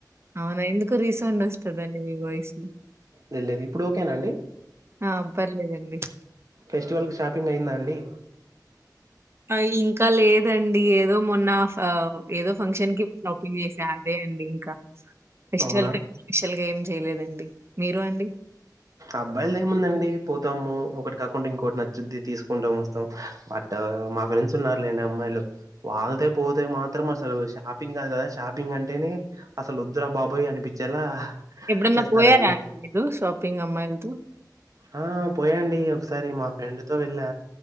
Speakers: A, on the right; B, on the right.
A: అవునా ఎందుకు రీసౌండ్ వస్తదండి మీ వాయిస్
B: లే లేదు ఇప్పుడు ఓకే నా అండి
A: ఆ పర్లేదండి
B: ఫెస్టివల్ కి షాపింగ్ అయిందా అండి
A: ఆ ఇంకా లేదండి ఏదో మొన్న ఆ ఏదో ఫంక్షన్ కి షాపింగ్ చేసా అండి అదే అండి ఇంకా ఫెస్టివల్
B: అవునా
A: కి స్పెషల్ గా చేయలేదండి మీరు అండి?
B: అబ్బాయిలది ఏం ఉందండి స్తాము ఒకటి కాకుండా ఇంకోటి నచ్చుద్ది తీసుకుంటాం వస్తాం బట్ మా ఫ్రెండ్స్ ఉన్నారు లేండి అమ్మాయిలు వాళ్ళతో పోతే మాత్రం అసలు షాపింగ్ కాదు కదా షాపింగ్ అంటేనే అసలు వద్దురా బాబోయ్ అనిపించేలా
A: ఎప్పుడన్న
B: చేస్తారండి
A: పోయారా ఎట్లుంది సోపింగ్ అమ్మాయిలతో
B: ఆ పోయాండి ఒకసారి మా ఫ్రెండ్ తో వెళ్ళా